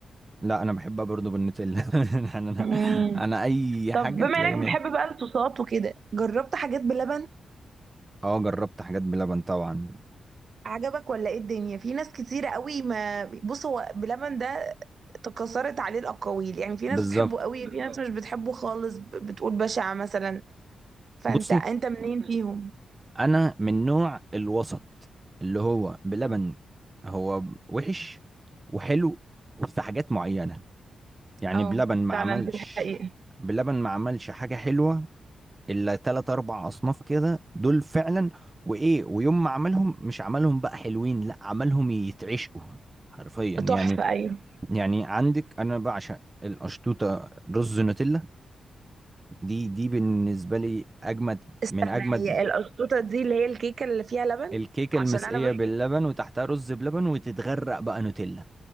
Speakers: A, on the right; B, on the right.
A: لا انا بحبها برضو بالنوتيلا <laughs> يعني انا
B: مم.
A: انا اي
B: طب
A: حاجه
B: بما
A: تلاقيني
B: انك بتحب بقى الصوصات وكده جربت حاجات بلبن
A: اه جربت حاجات بلبن طبعا
B: عجبك ولا ايه الدنيا في ناس كتيرة قوي ما بص هو بلبن ده تكاثرت عليه الأقاويل يعني في
A: بالظبط
B: ناس بتحبه قوي في ناس مش بالظبط بتحبه خالص ب- بتقول بشع مثلا فانت
A: بصي
B: انت منين فيهم
A: انا من نوع الوسط اللي هو بلبن هو وحش وحلو في حاجات معينه يعني
B: اه
A: بلبن ما
B: فعلا
A: عملش
B: دي حقيقة
A: بلبن ما عملش حاجه حلوه الا تلات اربع اصناف كده دول فعلا وايه ويوم ما عملهم مش عملهم بقى حلوين لا عملهم يتعشقوا حرفيا يعني
B: تحفة ايوه
A: يعني عندك انا بعشق القشطوطه رز نوتيلا دي دي بالنسبه لي اجمد
B: استنى
A: من اجمد
B: هي القشطوطة دي اللي هي الكيكة اللي فيها لبن
A: الكيكه
B: عشان
A: المسقيه
B: انا بس
A: باللبن وتحتها رز بلبن وتتغرق بقى نوتيلا